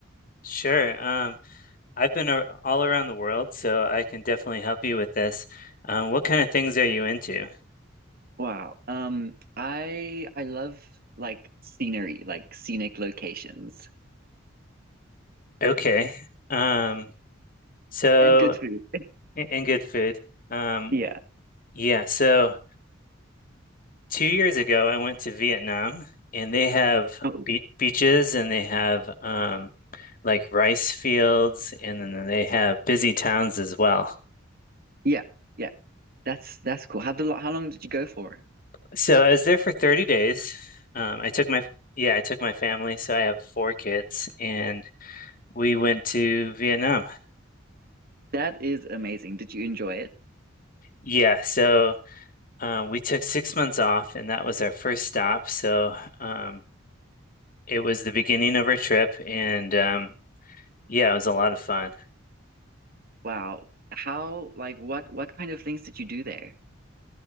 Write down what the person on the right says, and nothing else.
Wow. Um, I I love like scenery, like scenic locations
and good food.
Yeah.
Oh,
yeah, yeah. That's that's cool. How the lo- how long did you go for?
That is amazing. Did you enjoy it?
Wow. How, like, what, what kind of things did you do there?